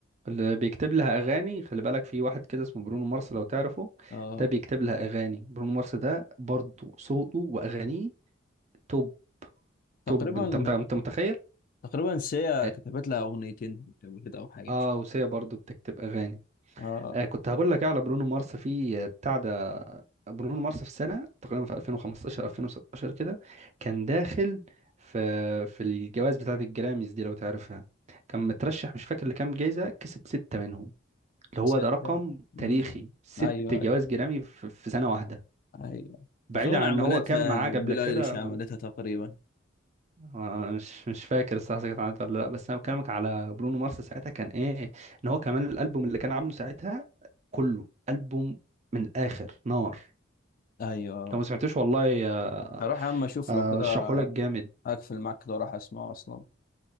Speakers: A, on the right; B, on the left.
A: اللي بيكتب لها اغاني خلي بالك في واحد كده اسمه برونو مارس لو تعرفه
B: اه
A: ده بيكتب لها اغاني برونو مارس ده برضه صوته واغانيه توب
B: تقريبا
A: توب انت مت- انت متخيل
B: تقريبا سيا
A: اه
B: كتبت لها أغنيتين قبل كده أو حاجة
A: آه،
B: مش فاكر
A: وسيا برضه بتكتب اغاني
B: اه
A: آه كنت هقول لك إيه على برونو مارس في آه، بتاع ده برونو مارس في سنه تقريبا في 2015 2016 كده كان داخل في في الجوائز بتاعه الجراميز دي لو تعرفها كان مترشح مش فاكر لكام جايزه كسب سته منهم اللي هو
B: ستة
A: ده رقم تاريخي
B: أمم.
A: ست
B: أيوه
A: جوائز
B: أيوه
A: جرامي في في سنة واحدة
B: أيوه
A: بعيدا
B: تقريبا
A: عن
B: عملتها
A: ان هو كان معاه قبل
B: بيلي
A: كده
B: ايليش عملتها
A: و...
B: تقريبا
A: آه، مش مش فاكر الصراحة إذا كانت عملت ولا لا بس انا بكلمك على برونو مارس ساعتها كان ايه ان هو كمان الالبوم اللي كان عامله ساعتها كله البوم من الاخر نار
B: أيوه
A: لو ما سمعتوش والله آه،
B: هروح يا عم اشوف
A: آه،
B: لو كده
A: رشحه لك جامد
B: هقفل معاك كده واروح اسمعه اصلا